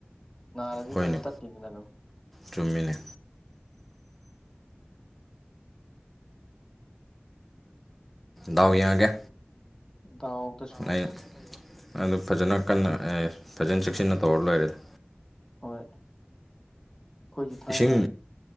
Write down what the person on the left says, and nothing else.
ꯅꯥꯔꯗꯤ
ꯂꯣꯏ ꯇꯠꯀꯤꯅꯤꯏ ꯑꯗꯨꯝ
ꯗꯥꯎ
ꯍꯣꯏ ꯑꯩꯈꯣꯏꯁꯨ ꯊꯥꯏꯅ